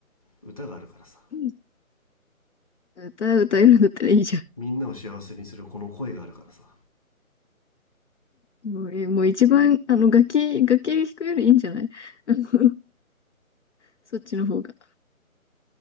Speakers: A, on the left; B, on the left.
A: 歌があるからさ。
B: <laughs> うん歌、歌えるんだったらいいじゃ
A: みんなを幸せにするこの声があるからさ。
B: ん。もう、えもう一番、あの、楽器、楽器弾くよりいいんじゃないうん <laughs> そっちの方が。